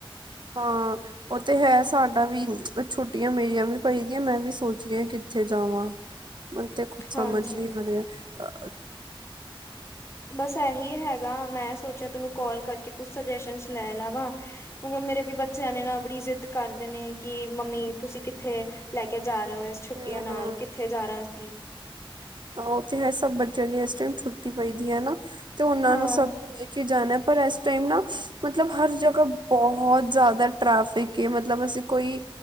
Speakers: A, on the right; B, on the left.
A: ਹਾਂ। ਓ ਤੇ ਹੈ ਸਾਡਾ ਵੀ, ਛੁੱਟੀਆਂ ਮੇਰੀਆਂ ਵੀ ਪਈ ਦੀਆਂ ਮੈਂ ਵੀ ਸੋਚ ਰਹੀ ਆਂ ਕਿੱਥੇ ਜਾਵਾਂ। ਮੈਂਨੂੰ ਤੇ ਖ਼ੁਦ ਸਮਝ
B: ਹਾਂਜੀ
A: ਨੀ ਆ ਰਿਹਾ ਆ
B: ਬਸ ਐ ਹੀ ਹੈਗਾ ਮੈਂ ਸੋਚਿਆ ਤੈਨੂੰ ਕਾਲ ਕਰਕੇ ਕੁਛ ਸੁਜੈਸ਼ਨ ਲੈ ਲਵਾਂ। ਮਤਲਬ ਮੇਰੇ ਵੀ ਬੱਚਿਆਂ ਨੇ ਨਾ ਬੜੀ ਜਿੱਦ ਕਰਦੇ ਨੇ ਕਿ ਮੰਮੀ ਤੁਸੀਂ ਕਿੱਥੇ ਲੈ ਕੇ ਜਾ ਰਹੇ ਓ ਇਸ ਛੁੱਟੀਆਂ
A: ਹਮ
B: ਨਾਲ
A: ਹਮ
B: ਕਿੱਥੇ ਜਾਣਾ ਅਸੀਂ?
A: ਓ ਤੇ ਹੈ ਸਭ ਬੱਚਿਆਂ ਦੀਆਂ ਇਸ ਟਾਈਮ ਛੁੱਟੀ ਪਈ ਦੀ ਐ ਨਾ ਤੇ ਓਨਾਂ
B: ਹਾਂ
A: ਨੂੰ ਸਭ ਲੇ ਕੇ ਜਾਨਾ ਪਰ ਇਸ ਟਾਈਮ ਨਾ ਮਤਲਬ ਹਰ ਜਗ੍ਹਾ ਬੋਹਤ ਜਾਦਾ ਟ੍ਰੈਫਿਕ ਏ ਮਤਲਬ ਅਸੀਂ ਕੋਈ